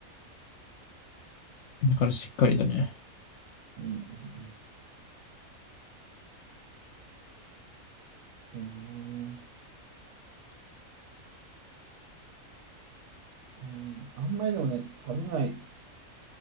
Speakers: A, on the left; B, on the right.
A: だからしっかりとね。
B: うんうんうん。そうなー、うん。あんまりでもね、食べない